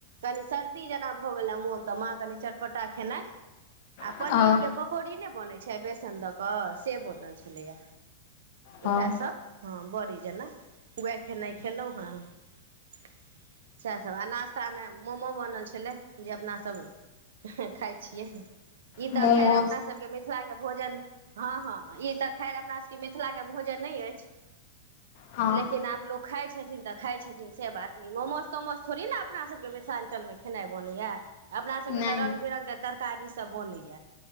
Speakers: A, on the right; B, on the left.
A: कनी सर्दी जेना भऽ गेलै मोन तऽ माँ कनि चटपटा खेनाई आ
B: हँ
A: पनीर के पकौड़ी नहि बनै छै बेसन दऽ कऽ से बनल छलैया
B: हँ
A: उएहसभ हँ बड़ी जेना उएह खेनाइ खयलहुँ हेँ सएह सभ आ नाश्तामे मोमो बनल छलै जे अपनासभ खाइ छियै ई
B: मोमोज
A: तऽ खैर अपना सबके मिथिला के भोजन हँ हँ ई तऽ खैर अपना सबके मिथिला के भोज न नहि अछि
B: हँ
A: लेकिन आब लोक खाय छथिन तऽ खाय छथिन से बात नहि मोमोज तोमोज थोड़ी ने अपना सबके मिथिलाञ्चलमे खेनाइ बनैया अपना सभके
B: नहि
A: तऽ रंगग बिरंगके तरकारीसभ बनैया